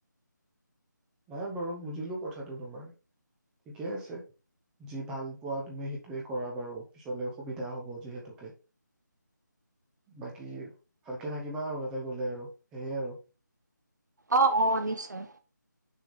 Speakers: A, in the centre; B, on the right.
A: নাই বাৰু বুজিলো কথাটো তোমাৰ ঠিকেই আছে যি ভাল পোৱা তুমি সেইটোৱে কৰা বাৰু পিছলে সুবিধা হব যিহেতুকে বাকী ভালকে থাকিবা আৰু যলে গলেও আৰু সেয়ে আৰু
B: অ অ নিশ্চয়